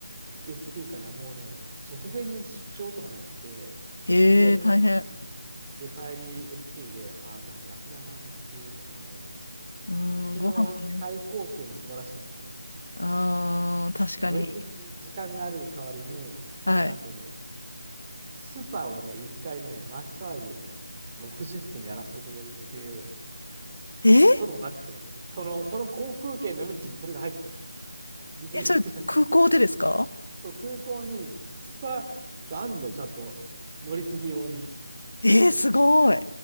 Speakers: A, on the right; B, on the left.
A: S q からもうね、直前に出張とかなって、
B: へえ、
A: 無理やり取ってもらった。
B: 大変。
A: で、帰り S q で、ああ、でも楽だな、S q とか思いながら。
B: うーん、
A: 行きのタイ航空も素晴らしかったです。
B: ご飯もね。ああ、確かに。
A: 乗り継ぎ時間がある代わりに、
B: はい。
A: なんとね、スパをね、一回ね、マッサージね、60分やらせてくれるっていう
B: えー
A: ことになってて、その、その航空券の運賃にそれが入ってる。ビジネスクラスの。
B: え、それ空港でですか
A: そう、空港にスパがあるんだよ、ちゃんと。乗り継ぎ用に。
B: えー、すごい。